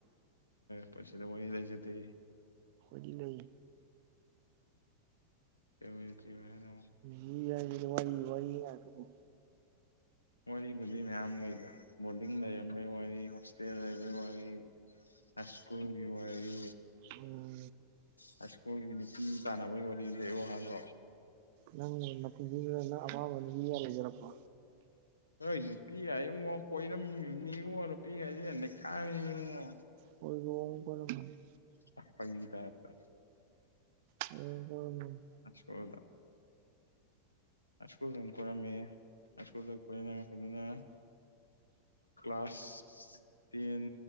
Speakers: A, on the left; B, on the right.
A: ꯄꯨꯟꯁꯤꯗ ꯋꯥꯔꯤ ꯂꯩꯖꯗꯦ
B: ꯑꯩꯈꯣꯏꯗꯤ ꯂꯩ
A: ꯀꯔꯤ ꯋꯥꯔꯤ ꯂꯤꯔꯛꯑꯣ ꯍꯤꯢꯅꯣ
B: ꯃꯤ ꯍꯥꯏꯁꯤꯗꯤ ꯋꯥꯔꯤ ꯋꯥꯔꯤ ꯉꯥꯛꯇꯅꯤ
A: ꯋꯥꯔꯤꯕꯨꯨꯗꯤ ꯃꯌꯥꯝ ꯂꯩꯗ ꯕꯣꯔꯗꯤꯡ ꯂꯩꯔꯝꯕꯒꯤ ꯋꯥꯔꯤ ꯍꯣꯁꯇꯦꯜ ꯂꯩꯕꯒꯤ ꯋꯥꯔꯤ ꯍꯥꯢꯁ꯭ꯀꯨꯜꯒꯤ ꯋꯥꯔꯤ
B: ꯑꯣ
A: ꯍꯥꯢꯁ꯭ꯀꯨꯜꯒꯤ ꯅꯨꯄꯤ ꯇꯥꯟꯅꯕꯒꯤ ꯋꯥꯔꯤ ꯂꯩꯔꯛꯑꯣ ꯍꯥꯏꯕꯣ
B: ꯅꯪ ꯅꯄꯨꯟꯁꯤꯒꯤ ꯅꯪ ꯑꯄꯥꯝꯕ ꯅꯨꯄꯤꯒꯥꯡ ꯂꯩꯖꯔꯛꯄꯣ
A: ꯍꯣꯢ ꯅꯨꯄꯤ ꯒꯥꯢꯉꯣ ꯀꯣꯢꯔꯝꯃꯤꯅꯤ ꯅꯨꯄꯤ ꯍꯥꯏꯁꯦ ꯅꯩꯈꯥꯢꯔꯝꯃꯤꯅꯤꯉꯣ
B: ꯍꯣꯢꯔꯣꯡ ꯀꯣꯢꯔꯝꯃꯅꯤ
A: ꯐꯥꯒꯤ ꯇꯥꯏꯞꯇ
B: ꯍꯣꯢꯔꯣꯡ ꯀꯣꯢꯔꯝꯃꯅꯤ
A: ꯍꯥꯢꯁ꯭ꯀꯨꯜꯗ ꯍꯥꯢꯁ꯭ꯀꯨꯜꯗ ꯑꯃ ꯀꯣꯢꯔꯝꯃꯤ ꯍꯥꯢꯁ꯭ꯀꯨꯜ ꯗꯩ ꯀꯣꯢꯅꯔꯛꯄꯗꯨꯅ ꯀ꯭ꯂꯥꯁ ꯇꯦꯟ